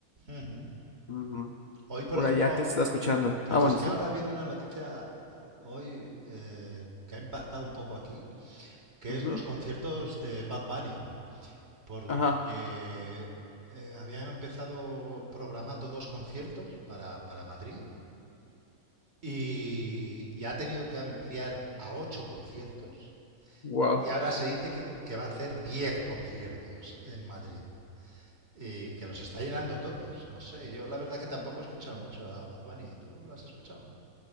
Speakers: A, on the right (about 45°); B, on the left (about 60°).
A: ujú.
B: Ujú.
A: Hoy, por
B: Por
A: ejemplo,
B: allá, ¿qué
A: ah,
B: se está escuchando?
A: pues
B: Ah, bueno,
A: es que
B: sí.
A: ahora ha habido una noticia eh, hoy eh, que ha impactado un poco aquí. que
B: Ujú.
A: es los conciertos de Bad Bunny, porque
B: Ajá.
A: eh, había empezado programando dos conciertos para, para Madrid y, y ha tenido que ampliar a ocho conciertos
B: Wow.
A: y ahora se dice que, que va a hacer diez conciertos en Madrid. Y que los está llenando todos. No sé, yo la verdad que tampoco he escuchado mucho a Bad Bunny. ¿Tú lo has escuchado?